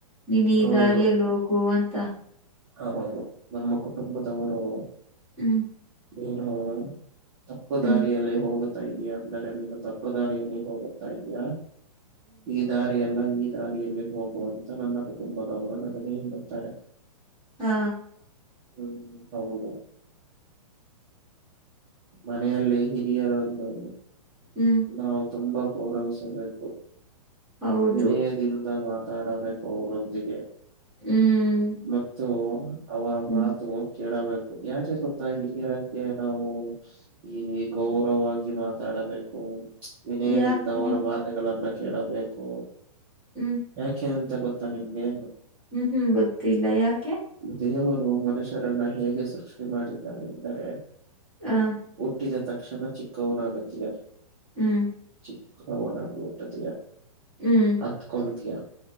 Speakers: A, in the centre; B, on the right (about 15°).
A: ನೀನ್ ಈ
B: ಹೌದು
A: ದಾರಿಯಲ್ಲಿ ಹೋಗು ಅಂತ.
B: ಹೌದು ನಮ್ಮ ಕುಟುಂಬದವರು
A: ಹ್ಮ್
B: ಏನೋ ತಪ್ಪು
A: ಹ್ಮ್
B: ದಾರಿಯಲ್ಲಿ ಹೋಗುತ್ತ್ ತ್ತ ಇದಿಯಾ ಅಂದರೆ ನೀನು ತಪ್ಪು ದಾರಿಯಲ್ಲಿ ಹೋಗುತ್ತಾ ಇದಿಯಾ ಹ್ಮ್ ಆ ದಾರಿಯಲ್ಲ ಈ ದಾರಿಯಲ್ಲಿ ಹೋಗು ಅಂತ ನನ್ನ ಕುಟುಂಬದವರು ನನಗೆ ಹೇಳುತ್ತಾರೆ.
A: ಹಾ
B: ಹ್ಮ್ ಹೌದು ಮನೆಯಲ್ಲಿ ಹಿರಿಯರನ್ನು
A: ಹ್ಮ್
B: ನಾವು ತುಂಬಾ ಗೌರವಿಸಬೇಕು
A: ಹೌದು
B: ವಿನಯ ದಿಂದ ಮಾತಾಡಬೇಕು ಅವರೊಂದಿಗೆ.
A: ಹ್ಮ್
B: ಮತ್ತು ಅವರ
A: ಹ್ಮ್
B: ಮಾತು ಕೇಳಬೇಕು ಯಾಕೆ ಗೊತ್ತಾ ಹಿರಿಯರಿಗೆ ನಾವು ಈ ಗೌರವವಾಗಿ ಮಾತಾಡಬೇಕು ವಿನಯದಿಂದ
A: ಯಾಕೆ
B: ಅವರ ಮಾತ್ ತಗಳನ್ನ ಕೇಳಬೇಕು.
A: ಹ್ಮ್
B: ಯಾಕೆ ಅಂತ ಗೊತ್ತಾ ನಿಮ್ಗೆ.
A: ಹ್ಮ್ ಹ್ಮ್ ಗೊತ್ತಿಲ್ಲ ಯಾಕೆ.
B: ದೇವರು ಮನುಷ್ಯರನ್ನ ಹೇಗೆ ಸೃಷ್ಟಿ ಮಾಡಿದ್ದಾರೆ ಎಂದರೆ.
A: ಹ
B: ಹುಟ್ಟಿದ ತಕ್ಷಣ ಚಿಕ್ಕವನಾಗುತ್ತೀಯಾ.
A: ಹ್ಮ್
B: ಚಿಕ್ಕವನಾಗಿ ಹುಟ್ಟುತ್ತಿಯಾ.
A: ಹ್ಮ್
B: ಅತ್ಕೊಂತಿಯ